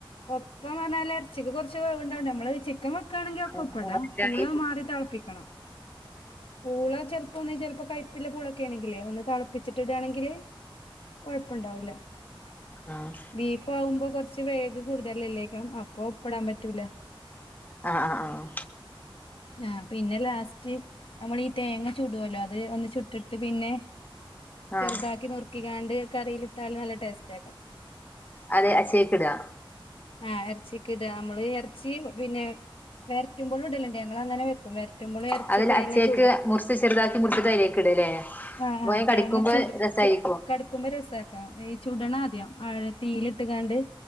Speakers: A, on the left; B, on the left.
A: ഒ ഇപ്പോന്നറഞ്ഞാല് എറച്ചിക്ക് കൊറച്ച് വേവ്ണ്ടാവോണ്ട് നമ്മള് ചിക്കൻ വെക്കാണെങ്കിൽ ഒക്കെ
B: ആഹ്
A: ഒപ്പ് പ്പതാ
B: ആഹ്
A: പൂള മാറി തെളപ്പിക്കണം. പൂള ചെലപ്പോ ഒന്ന് ചെലപ്പോ കൈപ്പ് വല്ല്യ പുളൊക്കേണെങ്കിലേ ഒന്ന് തളപ്പിച്ചിട്ട് ഇടാണെങ്കില് കൊഴപ്പണ്ടാവൂല്ല
B: ആഹ്
A: ബീഫ് ആവുമ്പോ കൊർച് കുറച്ച് വേഗ് കൂടുതലല്ലേക്കാം അപ്പ പ്പടാൻ പറ്റൂല
B: ആഹ് ആഹ്
A: ആഹ പിന്നെ ലാസ്റ്റ് നമ്മള് ഈ തേങ്ങ ചുടോല്ലോ അത് ഒന്ന് ചുട്ടിട്ട് പിന്നെ
B: ആഹ്
A: ചെർതാക്കി നുർക്കികാണ്ട് കറിയിലിട്ടാല് നല്ല ടെസ്റ്റ് ആക്കാം
B: അതെ അഛേക്കടാ
A: ആഹ് എറചീക്ക്ഇട. നമ്മള് എറച്ചി പിന്നെ വെര് വറ്റുമ്പോളും ഇടലുണ്ട് ഞങ്ങൾ അങ്ങനെ വെക്കും വര്റ്റുമ്പളും എറച്ചി
B: അതിൽ
A: തേങ്ങ
B: അച്ചേക്ക്
A: ചൂടും
B: മുറിച്ച് ചെറുതാക്കി മുറിച്ചിട്ട് അതിലേക്ക് ഇടല്ലേ
A: ആഹ
B: അപ്പ
A: ആ തേങ്ങ
B: കടിക്കുമ്പോ
A: ചുട്
B: രസായിരിക്കും
A: ചു കടക്കുമ്പോ രസക്കാ ഈ ചുടണ ആദ്യം ആഴ തീയിലിട്ട്ങ്ങാണ്ട്